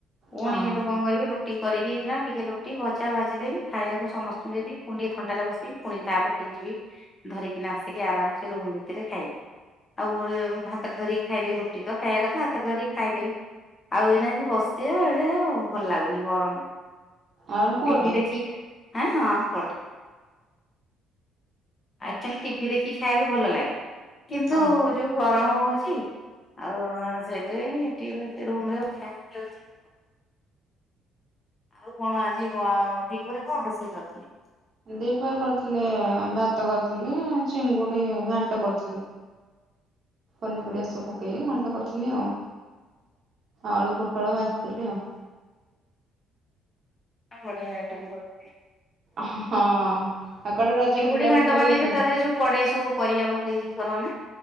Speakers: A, on the left; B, on the right.
A: ପୁଣି
B: ହଁ।
A: ହେଠୁ କଣ କରିବି ରୁ ଟିକେ କରିକି ନା ଟିକେ ରୁଟି ଭଜା ଭାଜି ଦେବି ଖାଇବାକୁ ସମସ୍ତଙ୍କୁ ଦେଇ ଦେବି ପୁଣି ଟିକେ ଥଣ୍ଡାରେ ବସିବି। ପୁଣି ତା ପଟିକି ଯିବି ଧରିକିନା ଆସିକି ଆରାମ୍ ସେ ରୁମ୍ ଭିତେରେ ଖାଇବି। ଆଉ ଭାତରେ ଧରି ଖାଇ ଦେବି ରୁଟି ତ ଖାଇବା କଥା ହାତ ଧରି ଖାଇଦେବି। ଆଉ ଏଇନା ଏଇ ବସିଥିବା ଏଣେ ଆଉ ଭଲ ଲାଗୁନି ଗରମ୍
B: ଆଉ ପୁଅଟେ
A: ଟିଭିି ଦେଖିଁ ଆଁ ହଁ ପୁଅଟେ। ଆଚୁଆଲି ଟିଭିି ଦେଖିକି ଖାଇବାକୁ ଭଲ ଲାଗେ କିନ୍ତୁ
B: ହଁ
A: ଯୋଉ ଗରମ ହୋଉଛି ଆଉ ସେଇଥିପାଇଁ ଟିକେ ରୁମରେ ଖାଇବାକୁ ଭଲ ଲାଗୁଚି। ଆଉ କଣ ଆଜି ଦିପହରେ କଣ ରୋଷେଇ କରିଥିଲେ?
B: ଦିପହରେ କରିଥିଲେ ଭାତ କରିଥିଲି ଚିଙ୍ଗୁଡି ଘାଣ୍ଟ କରିଥିଲି। ପନି ପରିବା ସବୁ ପକେଇକି ଘାଣ୍ଟ କରିଥିଲି ଆଉ, ଆଳୁ ପୋଟଳ ଭାଜିଥିଲି ଆଉ।
A: ବଢିଆ ଆଇଟମ୍ କରିଥିଲେ।
B: ଅ ହ ହ ହଁ। ଆଉ କୁଆଡେ ରଜରେ
A: ଚିଙ୍ଗୁଡି
B: ବୁଲାବୁଲି
A: ଘାଁଟ
B: କରି
A: ମାନେ
B: ଯାଇଥିଲେ?
A: ଯୋଉ ତା ଦେହେରେ ଯୋ ପଡେ ସବୁ ପରିବା ପକେଇକି କରନା?